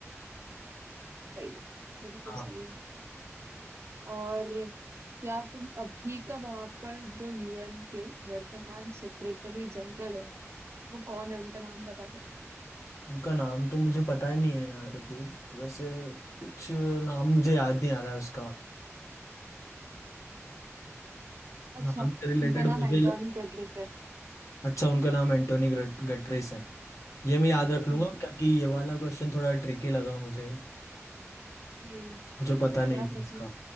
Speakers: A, on the right; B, on the left.
A: सही है, बिल्कुल
B: हाँ
A: सही है और क्या तुम अभी का वहां पर जो यूएन के वर्तमान सेक्रेटरी जनरल है वो कौन है उनका नाम बता सकते हो
B: उनका नाम तो मुझे पता ही नहीं है यार अभी वैसे कुछ नाम मुझे याद नहीं आ रहा है उसका
A: अच्छा
B: नाम से रिलेटेड
A: उनका नाम
B: मुझे
A: एंटोनी गटरेस है
B: अच्छा उनका नाम एंटोनी गटरेस है ये मैं याद रख लूंगा
A: हम्म हम्म,
B: क्योंकि ये वाला क्वेश्चन थोड़ा ट्रिकी लगा मुझे
A: हम्म,
B: मुझे पता नहीं
A: याद
B: था
A: रखना
B: इसका